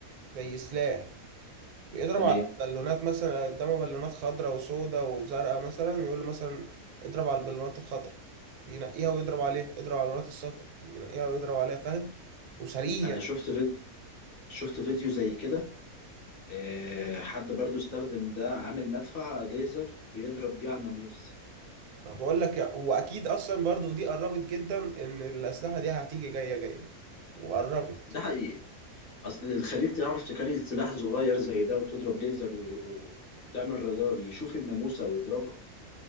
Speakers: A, on the right; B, on the left.
A: زي سلاح بيضرب
B: تمام
A: على بالونات مثلا قدامه بالونات خضراء وسوداء وزرقاء مثلا ويقول له مثلا اضرب على البالونات الخضراء ينقيها ويضرب عليها اضرب على البالونات الصفراء ينقيها ويضرب عليها فاهم وسريع
B: انا شفت فيديو شفت فيديو زي كده آه، حد برضو استخدم ده عامل مدفع ليزر بيضرب بيه على الناموس
A: ما بقول لك يا- واكيد اصلا برضو دي قربت جدا ان الاسلحه دي هتيجي جايه جايه وقربت
B: ده حقيقي اصل الخليج تعرف تكري سلاح صغير زي ده وتضرب ليزر و- وتعمل رادار يشوف الناموسة ويضربها